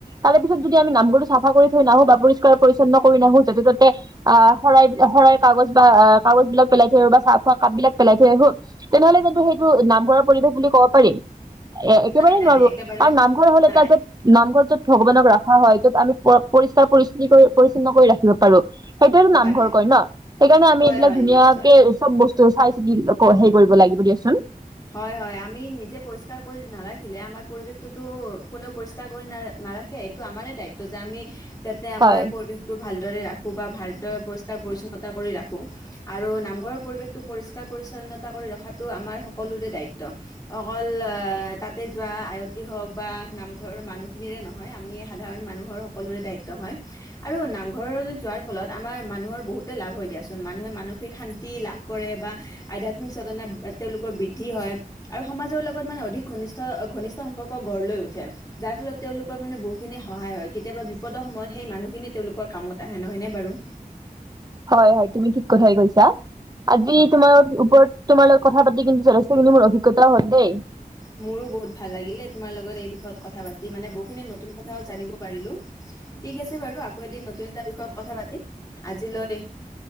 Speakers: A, on the right; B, on the left.
A: তাৰে পিছত যদি আমি নামঘৰটো চাফা কৰি থৈ নাহো বা পৰিষ্কাৰ পৰিচ্ছন্ন কৰি নাহো, য'তে পায় ত'তে আহ শৰাই শৰাই কাগজ বা কাগজ বিলাক পেলাই থৈ আহো বা চাহ খোৱা কাপ বিলাক পেলাই থৈ আহো তেনেহলে কিন্তু সেইটো নামঘৰৰ পৰিৱেশ বুলি কব পাৰিম? এ একেবাৰেই
B: নাই নাই
A: নোৱাৰো
B: একেবাৰে
A: আৰু নামঘৰ হলে
B: নাই
A: এটা য'ত, নামঘৰ য'ত ভগৱানক ৰাখা হয় য'ত আমি পৰিষ্কাৰ পৰি কি কৰোঁ পৰিচ্ছন্ন কৰি ৰাখিব পাৰো, সেইটোৱেটো
B: হয়
A: নামঘৰ কয় ন? সেইকাৰণে আমি
B: হয়
A: এইবিলাক
B: হয়
A: ধুনীয়াকে
B: নিশ্চয়
A: চব বস্তু চাই চিতি হেৰি কৰিব লাগিব দিয়কচোন
B: হয়, হয়, আমি নিজে পৰিষ্কাৰ কৰি নাৰাখিলে আমাৰ পৰিৱেশটোতো কোনেও পৰিষ্কাৰ কৰি নাৰা- নাৰাখে, এইটো আমাৰে দায়িত্ব যে আমি যাতে আমাৰ
A: হয়
B: পৰিৱেশটো ভাল ৰাখোঁ বা ভাৰদৰে পৰিষ্কাৰ পৰিচ্ছন্নতা কৰি ৰাখোঁ। আৰু নামঘৰৰ পৰিৱেশটো পৰিষ্কাৰ পৰিছন্নতা কৰি ৰখাটো আমাৰ সকলোৰে দায়িত্ব। অকল তাতে যোৱা আয়তী হওক বা নামঘৰৰ মানুহখিনিৰে নহয়। আমি সাধাৰণ মানুহৰ সকলোৰে দায়িত্ব হয়। আৰু নামঘৰলৈ যোৱাৰ ফলত আমাৰ মানুহৰ বহুতে লাভ হৈ দিয়াচোন। মানুহে মানসিক শান্তি লাভ কৰে বা আধ্যাত্মিক চেতনা তেওঁলোক বৃদ্ধি হয়। আৰু সমাজৰ লগত মানে অধিক ঘনিষ্ঠ, ঘনিষ্ঠ সম্পৰ্ক গঢ় লৈ উঠে। যাৰ ফলত তেওঁলোকৰ মানে বহুতখিনি সহায় হয়। কেতিয়াবা বিপদৰ সময়ত সেই মানুহখিনিয়ে তেওঁলোকৰ কামত আহে নহয়নে বাৰু।
A: হয়, হয়। তুমি ঠিক কথাই কৈছা আজি
B: হয়
A: তোমাৰ ওপৰত, তোমাৰ লগত কথা পাতি কিন্তু কিন্তু মোৰ অভিজ্ঞতও হল দেই।
B: মোৰো বহুত ভাল লাগিলে। তোমাৰ লগত এই বিষয়ত কথা পাতি। মানে বহুখিনি নতুন কথাও জানিব পাৰিলো। ঠিক আছে বাৰু আকৌ এদিন নতুন এটা বিষয়ত কথা পাতিম। আজিলৈ